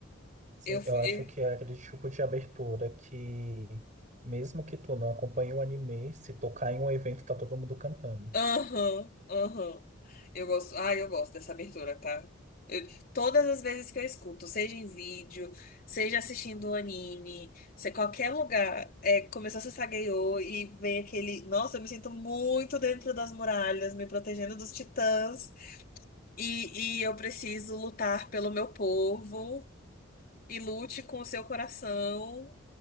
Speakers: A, on the right; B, on the left.
A: Sim,
B: Eu,
A: eu
B: eu,
A: acho que é aquele tipo de abertura que, mesmo que tu não acompanhe o anime, se tocar em um evento, tá todo mundo cantando.
B: Aham, aham. Eu gosto, ah, eu gosto dessa abertura, tá? Eu- todas as vezes que eu escuto, seja em vídeo, seja assistindo um anime, seja qualquer lugar, é, começou a Sasageyo e vem aquele. Nossa, eu me sinto muito dentro das muralhas, me protegendo dos titãs, e, e eu preciso lutar pelo meu povo, e lute com o seu coração.